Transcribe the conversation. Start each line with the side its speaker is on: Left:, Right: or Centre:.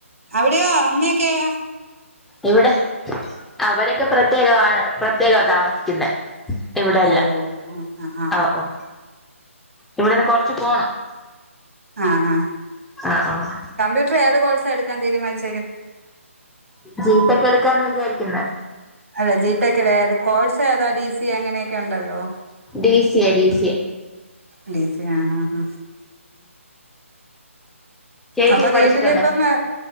Right: അവിടെയോ അമ്മയൊക്കെയോ
Centre: ഇവിടെ അവരൊക്കെ പ്രത്യേകവാണ് പ്രത്യേകവാ താമസിക്കുന്നേ ഇവിടെല്ല
Right: ഓ ആഹ് ആഹ് ആഹ്
Centre: ആ ഓ ഇവിടുന്ന് കൊറച്ച് പോണം
Right: ആ ആ
Centre: ആഹ് ആഹ്
Right: കമ്പ്യൂട്ടർ ഏത് കോഴ്സാ എടുക്കാൻ തീരുമാനിച്ചേ
Centre: ജീടെക്ക് എടുക്കാന്ന് വിചാരിക്കുന്നേ
Right: അല്ല ജിടെക്കിലേ ഏത് കോഴ്സേതാ ഡി സി അങ്ങനെയൊക്കെ ഒണ്ടല്ലോ
Centre: D C A D C A
Right: D C A ആ ആ ആ
Centre: ചേച്ചി
Right: അപ്പ
Centre: പഠിച്ചിട്ടുണ്ടോ
Right: വീട്ടിലിപ്പം